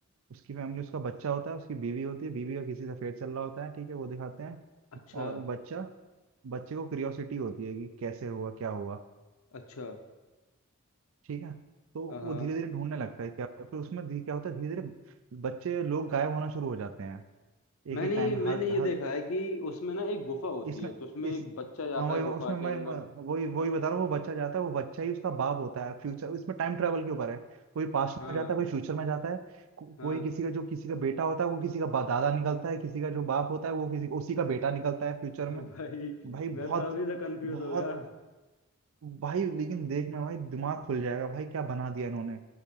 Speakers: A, on the right; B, on the left.
A: उसकी फैमिली उसका बच्चा होता है उसकी बीवी होती है बीवी का किसी से अफेयर चल रहा होता है ठीक है वो दिखाते हैं
B: अच्छा
A: और बच्चा बच्चे को क्यूरियोसिटी होती है कि कैसे हुआ क्या हुआ
B: अच्छा
A: ठीक है तो
B: हाँ
A: वो धीरे धीरे ढूंढने लगता है क्या होता है फिर उसमें धी- क्या होता है धीरे धीरे बच्चे लोग गायब होना शुरू हो जाते हैं एक
B: मैंने
A: एक टाइम
B: मैंने
A: हर
B: ये देखा
A: हर
B: है कि उसमें ना एक गुफा होती
A: इसमें
B: है तो उसमें
A: इस
B: एक बच्चा जाता
A: हाँ वही
B: है गुफा
A: उसमें
B: के
A: मैं
B: अंदर
A: मैं- वही वही बता रहा हूँ वो बच्चा जाता है वो बच्चा ही उसका बाप होता है फ्यूचर इसमें टाइम ट्रेवल के ऊपर है कोई पास्ट
B: हाँ
A: में जाता है कोई फ्यूचर में जाता है को,
B: हाँ
A: कोई किसी का जो किसी का बेटा होता है वो किसी का बा- दादा निकलता है किसी का जो बाप होता है वो किसी उसी का बेटा निकलता है फ्यूचर
B: <laughs>
A: में
B: भाई
A: भाई बहुत
B: मैं तो अभी से कंफ्यूज
A: बहुत
B: हो गया
A: भाई लेकिन देखना भाई दिमाग खुल जाएगा भाई क्या बना दिया इन्होंने